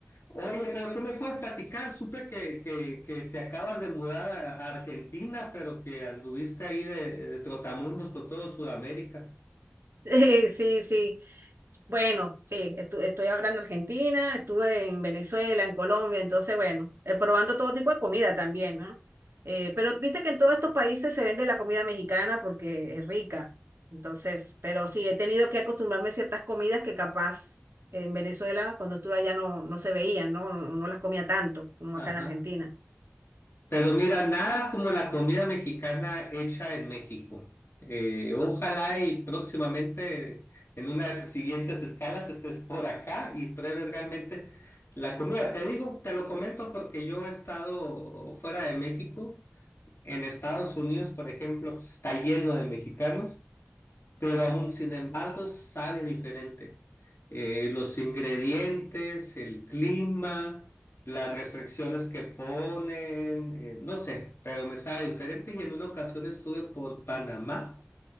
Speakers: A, on the left; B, on the right.
A: Oye, pero ¿qué me puedes platicar? Supe que, que, que te acabas de mudar a, a Argentina, pero que anduviste ahí de, de trotamundos por todo Sudamérica.
B: Sí, sí, sí. Bueno, sí, estu- estoy ahora en Argentina, estuve en Venezuela, en Colombia, entonces, bueno, eh, probando todo tipo de comida también, ¿no? Eh, pero viste que en todos estos países se vende la comida mexicana porque es rica, entonces, pero sí, he tenido que acostumbrarme a ciertas comidas que capaz en Venezuela, cuando estuve allá, no, no se veían, ¿no? No, no las comía tanto como
A: Ajá.
B: acá en Argentina.
A: Pero mira, nada como la comida mexicana hecha en México. Eh, ojalá y próximamente en una de tus siguientes escalas estés por acá y pruebes realmente la comida. Te digo, te lo comento porque yo he estado fuera de México. En Estados Unidos, por ejemplo, pues, está lleno de mexicanos pero aún sin embargo sabe diferente. Eh, los ingredientes, el clima, las restricciones que ponen, eh, no sé, pero me sabe diferente y en una ocasión estuve por Panamá